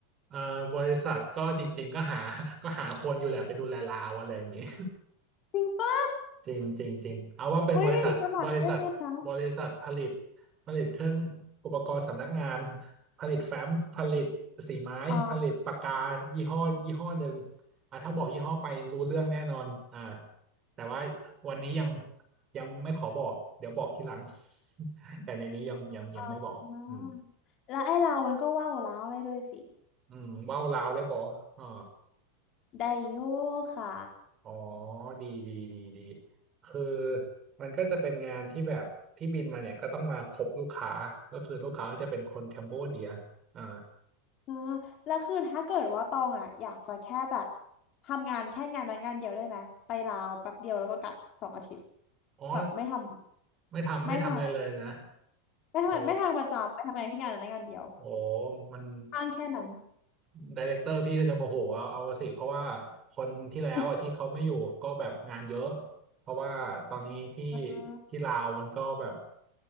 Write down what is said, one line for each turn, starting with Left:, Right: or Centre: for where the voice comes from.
Right: เอ่อบริษัทก็จริงๆก็หาก็หาคนอยู่แหละไปดูแลลาวอะไรอย่างนี้
Left: จริงปะ
Right: จริงจริงจริงเอาว่าเป็นบริษัทบริษัทบริษัทผลิต
Left: อุ้ยสมัครได้ไหมคะ
Right: ผลิตเครื่องอุปกรณ์สำนักงานผลิตแฟ้มผลิตสีไม้ผลิตปากกายี่ห้อยี่ห้อหนึ่ง
Left: อ๋อ
Right: อ่ะถ้าบอกยี่ห้อไปรู้เรื่องแน่นอนอ่าแต่ว่าวันนี้ยังยังไม่ขอบอกเดี๋ยวบอกทีหลัง <laughs> แต่ในนี้ยังยังยังไม่บอกอืม
Left: อ๋อแล้วไอ้เรามันก็ว่าวล้าวได้ด้วยสิ
Right: อืมว่าวลาวได้บอกอ่า
Left: ได้อยู่ค่ะ
Right: อ๋อ ดีดีดีดีคือมันก็จะเป็นงานที่แบบที่บินมาเนี่ยก็ต้องมาพบลูกค้าก็คือลูกค้าก็จะเป็นคนแคมโบเดียอ่า
Left: อ่าแล้วคือถ้าเกิดว่าตองอ่ะอยากจะแค่แบบทำงานแค่งานนั้นงานเดียวได้ไหมไปลาวแป๊บเดียวแล้วก็กลับสองอาทิตย์
Right: อ๋อ
Left: แบบไม่ทำไม่ทำ
Right: ไม่ทำไม่ทำอะไรเลยนะ
Left: ไม่ทำไม่ทำประจำไปทำงานแค่งานนั้นงานเดียว
Right: โอ้โอ้มัน
Left: อ้างแค่นั้น
Right: ไดเรคเตอร์พี่ก็จะโมโหเอาเอาสิเพราะว่าคนที่แล้วอ่ะที่เขาไม่อยู่ก็แบบงานเยอะ
Left: <laughs>
Right: เพราะว่าตอนนี้ที่
Left: อ่า
Right: ที่ลาวมันก็แบบ